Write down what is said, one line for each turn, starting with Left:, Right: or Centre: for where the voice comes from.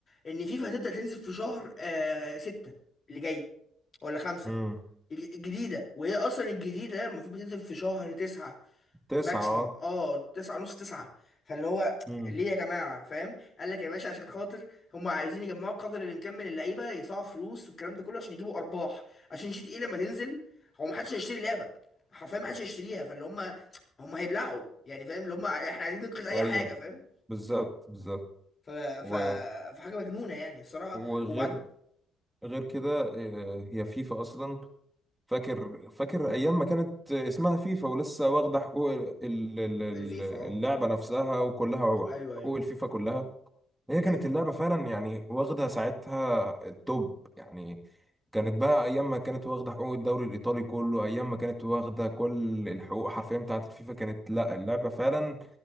Left: ان فيفا هتبدأ تنزل في شهر آه ستة اللي جاي ولا خمسة
Centre: مم.
Left: الج- الجديدة وهي اصلا الجديدة المفروض بتنزل في شهر تسعة
Centre: تسعة
Left: ماكسيمم
Centre: اه
Left: اه تسعة نص تسعة فاللي هو
Centre: مم.
Left: ليه يا جماعة فاهم قال لك يا باشا عشان خاطر هم عايزين يجمعوا قدر الامكان من اللعيبة يدفعوا فلوس والكلام ده كله عشان يجيبوا ارباح عشان جي تي ايه لما تنزل هو محدش هيشتري اللعبة حرفيا محدش هيشتريها فاللي هم هم هيبلعوا يعني فاهم اللي هم احنا عايزين ننقذ اي
Centre: ايوه
Left: حاجة فاهم
Centre: بالظبط بالظبط
Left: ف...
Centre: و...
Left: ف... فحاجة مجنونة يعني الصراحة
Centre: وغير
Left: وبعد
Centre: غير كده آه، هي فيفا اصلا فاكر فاكر ايام ما كانت اسمها فيفا ولسه واخدة حقوق ال- ال- ال-
Left: الفيفا اه
Centre: اللعبة نفسها وكلها
Left: ايوه ايوه
Centre: حقوق الفيفا كلها هي كانت
Left: ايوه
Centre: اللعبة فعلا يعني واخدة ساعتها التوب يعني كانت بقى أيام ما كانت واخدة حقوق الدوري الإيطالي كله أيام ما كانت واخدة كل الحقوق حرفيا بتاعة الفيفا كانت لا اللعبة فعلا